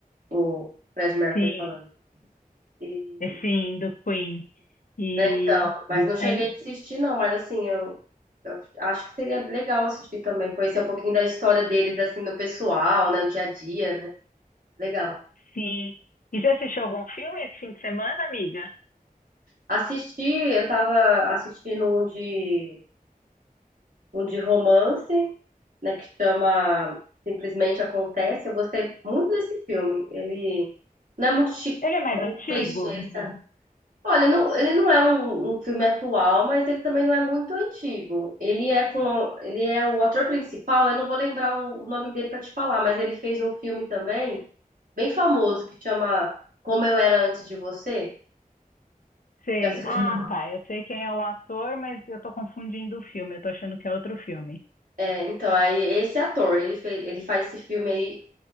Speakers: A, on the right (about 65°); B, on the left (about 65°).
A: O Fred Mercury
B: Sim,
A: falando. E,
B: é sim, do Queen. E
A: né, então, mas não cheguei
B: aí,
A: a assistir não, mas assim, eu, eu acho que seria legal assistir também, conhecer um pouquinho da história deles assim no pessoal, né, no dia a dia, né? Legal.
B: sim. E você assistiu algum filme esse fim de semana, amiga?
A: Assisti, eu tava assistindo um de um de romance, né, que chama Simplesmente Acontece. Eu gostei muito desse filme. Ele não é muito chi-
B: Ele é mais antigo?
A: clichê, sabe? Olha, não- ele não é um, um filme atual, mas ele também não é muito antigo. Ele é com, ele é o ator principal, eu não vou lembrar o, o nome dele para te falar, mas ele fez um filme também bem famoso que chama Como Eu Era Antes de Você.
B: Sei.
A: Já assistiu?
B: Ah, tá. Eu sei quem é o ator, mas eu tô confundindo o filme. Eu tô achando que é outro filme.
A: É, então, aí esse ator, ele fez, ele faz esse filme aí,